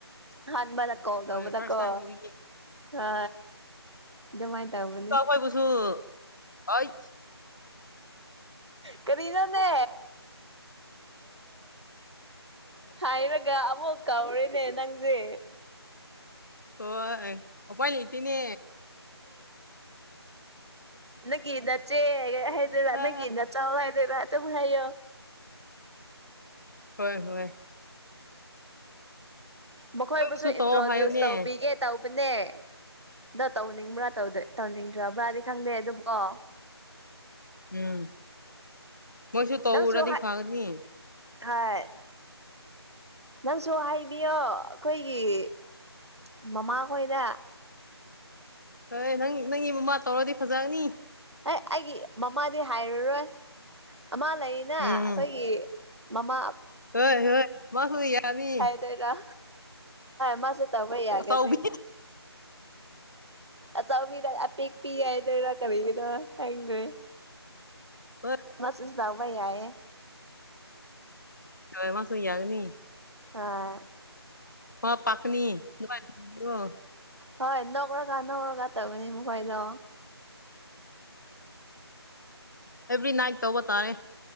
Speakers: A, on the right; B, on the left.
A: ꯍꯥꯟꯕꯗ ꯀꯣꯜ ꯇꯧꯕꯗ
B: ꯍꯣꯏ ꯐꯥꯔꯁ
A: ꯀꯣ
B: ꯇꯥꯏꯝ ꯑꯣꯏꯕꯒꯤ
A: ꯍ ꯑꯗꯨꯃꯥꯏ ꯇꯧꯕ
B: ꯇ ꯀꯣꯏ ꯄꯁꯨ ꯑꯩ
A: ꯀꯔꯤꯅꯣꯅꯦ ꯍꯥꯏꯔꯒ ꯑꯃꯨꯛ ꯀꯧꯔꯦꯅꯦ ꯅꯪꯁꯦ
B: ꯍꯣꯏ ꯑꯣꯄꯥꯏ ꯂꯩꯇꯦꯅꯦ
A: ꯅꯪꯒꯤ ꯅꯆꯦ ꯍꯥꯏ
B: ꯑ
A: ꯅꯪꯒꯤ ꯅ ꯆꯥꯎ ꯑꯏꯗꯦꯗ ꯑꯗꯨꯃꯥꯏ ꯂꯩꯌꯣ
B: ꯍꯣꯏ ꯍꯣꯏ
A: ꯃꯈꯣꯏꯕꯨꯁꯨ
B: ꯅꯣꯏꯕꯨꯁꯨ ꯇꯧꯑꯣ
A: ꯏꯟꯇ꯭ꯔꯣꯗ꯭ꯌꯨꯁ
B: ꯍꯥꯏꯌꯣꯅꯦ
A: ꯇꯧꯕꯤꯒꯦ ꯇꯧꯕꯅꯦ ꯑꯗꯣ ꯇꯧꯅꯤꯡꯕ꯭ꯔꯥ ꯇꯧꯅꯤꯡꯗ꯭ꯔꯕ꯭ꯔꯗꯤ ꯈꯪꯗꯦ ꯑꯗꯨꯕꯨꯀꯣ
B: ꯎꯝ ꯃꯣꯏꯁꯨ ꯇꯧꯔꯗꯤ
A: ꯅꯪꯁꯨ ꯍꯥꯏ
B: ꯐꯒꯅꯤ
A: ꯍꯣꯏ ꯅꯪꯁꯨ ꯍꯥꯏꯕꯤꯌꯣ ꯑꯩꯈꯣꯏꯒꯤ ꯃꯃꯥꯈꯣꯏꯗ
B: ꯍꯣꯏ ꯅꯪ ꯅꯪꯒꯤ ꯃꯃꯥ ꯇꯧꯔꯗꯤ ꯐꯖꯅꯤ
A: ꯑꯦ ꯑꯩꯒꯤ ꯃꯃꯥꯗꯤ ꯍꯥꯏꯔꯨꯔꯣꯏ ꯑꯃꯥ ꯂꯩꯌꯦꯅ ꯑꯩꯈꯣꯏꯒꯤ
B: ꯎꯝ
A: ꯃꯃꯥ
B: ꯍꯣꯏ ꯍꯣꯏ ꯃꯁꯨ ꯌꯥꯅꯤ
A: ꯇꯦꯗ ꯃꯥꯁꯨ ꯇꯧꯕ ꯌꯥꯒꯅꯤ
B: ꯑꯆꯧꯕꯤ
A: ꯑꯆꯥꯎꯕꯤꯗ ꯑꯄꯤꯛꯄꯤ ꯍꯥꯏꯗꯣꯏꯔꯥ ꯀꯔꯤꯒꯤꯅꯣ ꯈꯪꯗ꯭ꯔꯦ
B: ꯍ
A: ꯃꯁꯨ ꯆꯥꯎꯕ ꯌꯥꯌꯦ
B: ꯊꯣꯏ ꯃꯥ ꯁꯨꯌꯥꯒꯅꯤ
A: ꯑ
B: ꯋꯥ ꯄꯥꯛꯅꯤ ꯅꯨꯡꯉꯥꯏ ꯑꯣ
A: ꯍ ꯅꯧꯔꯒꯥꯟ ꯅꯔꯒ ꯇꯒꯅꯤ ꯃꯨ ꯀꯥꯏꯗ
B: ꯑꯦꯕ꯭ꯔꯤ ꯅꯥꯏꯠ ꯇꯧꯕ ꯇꯥꯔꯦ